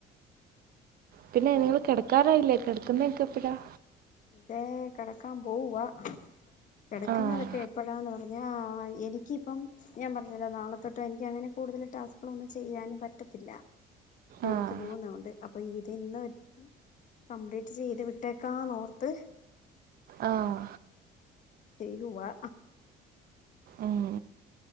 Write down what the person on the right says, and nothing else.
പിന്നെ നിങ്ങൾ കിടക്കാറായില്ലേ കെടക്കുന്നതൊക്കെ <unintelligible>
ആഹ്
ആഹ്
ആഹ്
ഉം